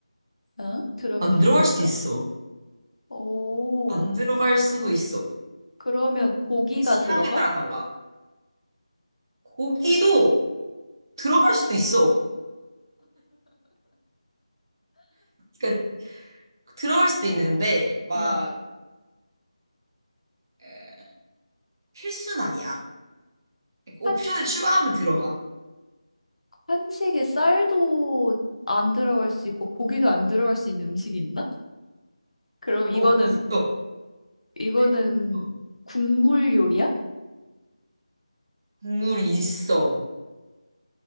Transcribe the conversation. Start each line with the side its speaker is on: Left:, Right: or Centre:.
Left: 어? 들어갈
Right: 안
Left: 수도
Right: 들어갈
Left: 있어
Right: 수도 있어.
Left: 오,
Right: 안 들어갈 수도 있어.
Left: 그러면 고기가
Right: 취향에
Left: 들어가?
Right: 따라 달라. 고기도 들어갈 수도 있어. 그러니까 들어갈 수도 있는데 막
Left: 어.
Right: 에, 필수는 아니야. 그러니까
Left: 한,
Right: 옵션을 추가하면 들어가.
Left: 한식에 쌀도 안 들어갈 수 있고 고기도 안 들어갈 수 있는 음식이 있나? 그럼 이거는,
Right: 어, 있어.
Left: 이거는
Right: 네. 어,
Left: 국물 요리야?
Right: 국물이 있어.